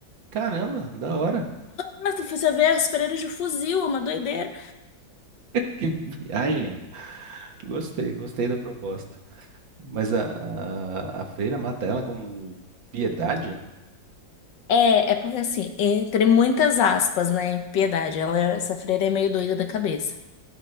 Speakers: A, on the right; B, on the left.
A: caramba, da hora.
B: Nossa, Você vê as freiras de fuzil, é uma doideira.
A: Que viagem. Gostei, gostei da proposta. Mas a, a, a freira mata ela como piedade?
B: É, é porque assim, entre muitas aspas, né? Piedade, ela, é- essa freira é meio doida da cabeça.